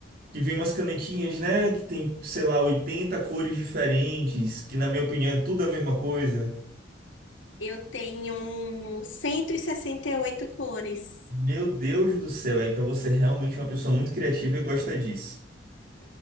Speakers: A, on the right; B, on the left.
A: que vem umas canetinhas, né? Que tem, sei lá, 80 cores diferentes. Que, na minha opinião, é tudo a mesma coisa.
B: Eu tenho 168 cores.
A: Meu Deus do céu. é, Então você realmente é uma pessoa muito criativa e gosta disso.